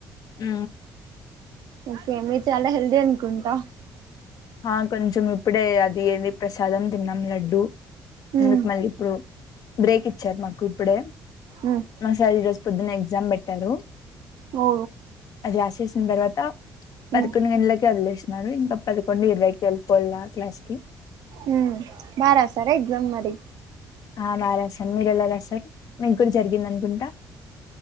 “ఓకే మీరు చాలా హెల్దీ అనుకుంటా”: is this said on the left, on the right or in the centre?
Right